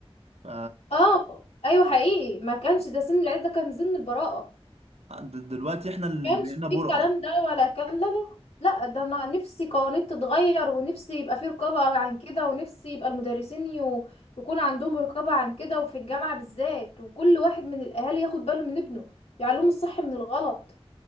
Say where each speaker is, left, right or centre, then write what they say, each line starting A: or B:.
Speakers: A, on the right; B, on the left.
A: ف
B: اه ايوه حقيقي ما كانش ده سن العيلة ده كان سن البراءة
A: د- دلوقتي احنا اللي
B: كانش
A: بقينا
B: في
A: برقة
B: الكلام ده ولا كان لا لا لا ده انا نفسي قوانين تتغير ونفسي يبقى في رقابة عن كده ونفسي يبقى المدرسين يو- يكون عندهم رقابة عن كده وفي الجامعة بالذات وكل واحد من الاهالي ياخد باله من ابنه يعلمه الصح من الغلط